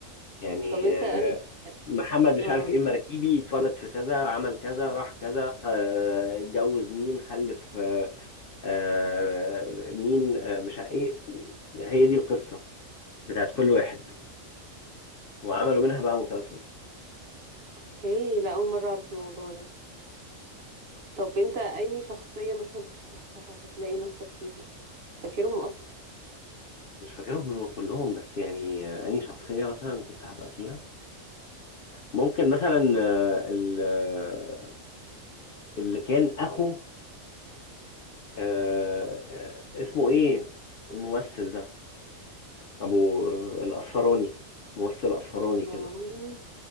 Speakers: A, on the left; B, on the right.
A: يعني
B: طب انت
A: آه،
B: يعني
A: محمد مش
B: اه
A: عارف ايه المراكيبي اتولد في كذا عمل كذا راح كذا خ- آه، اتجوز مين خلف آه، آه، مين آه، مش عارف ايه هي دي القصة بتاعت كل واحد وعملوا منها بقى مسلسل
B: اوكي لا اول مره اعرف الموضوع ده طب انت انهي شخصية مثلا كنت هتلاقي نفسك فيها فاكرهم اصلا
A: مش فاكرهم هم كلهم بس يعني آه، أي شخصية مثلا كنت هبقى فيها ممكن مثلا آه، ال- آه، اللي كان أخو آه، آه، اسمه ايه الممثل ده ابو آه، الاصفراني ممثل اصفراني
B: اسمراني
A: كده